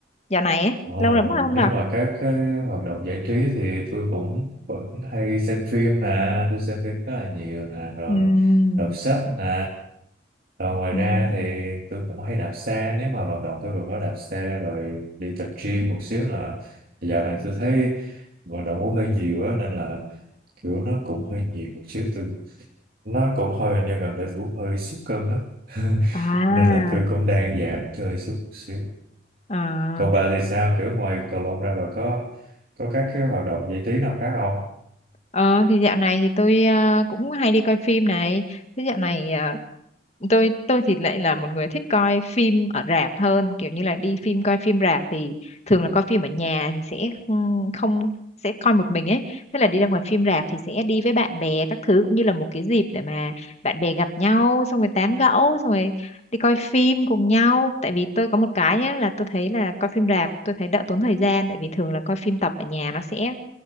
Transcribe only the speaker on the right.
Ờ,
nếu
mà các cái hoạt động giải trí thì tôi cũng vẫn hay xem phim nè, tôi xem phim khá là nhiều nè, rồi
đọc sách nè. Rồi ngoài
ra thì tôi cũng hay đạp xe, nếu mà vận động tôi cũng có đạp xe rồi đi tập gym một xíu là dạo này tôi thấy vận động cũng hơi nhiều á nên là kiểu nó cũng hơi nhiều một xíu tôi nó cũng hơi như gần đây tôi cũng hơi sút cân á <laughs>
nên là tôi cũng đang giảm chơi xuống xíu
còn bà thì sao? Kiểu ngoài cầu lông ra bà có có các cái hoạt động giải trí nào khác không?